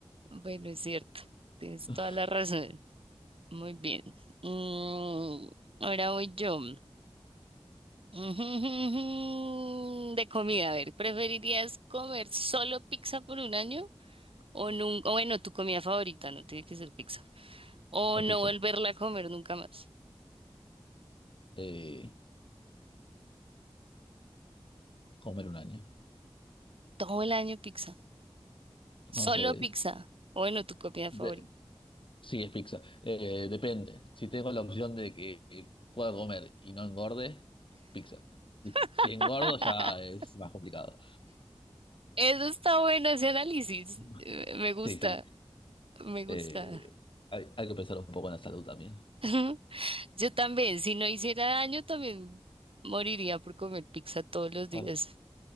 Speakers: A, on the right; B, on the left.
A: Bueno, es cierto. Tienes
B: <laughs>
A: toda la razón. Muy bien. Mm, ahora voy yo. <laughs> De comida, a ver, ¿preferirías comer solo pizza por un año o nunca, bueno, tu comida favorita, no tiene que ser pizza, o
B: Es
A: no
B: pizza.
A: volverla a comer nunca más?
B: Eh, comer un año.
A: Todo el año pizza. Solo
B: No sé.
A: pizza. Bueno, tu comida
B: de-
A: favorita.
B: sí, es pizza. Eh, depende. Si tengo la opción de que, que pueda comer y no engorde, pizza.
A: <laughs>
B: Si engordo ya es más complicado.
A: Eso está bueno, ese análisis.
B: <laughs>
A: Eh, Me gusta,
B: Sí, sí.
A: me gusta.
B: Eh, hay, hay que pensar un poco en la salud también.
A: <laughs> Yo también, si no hiciera daño, también moriría por comer pizza todos los días.
B: Ay,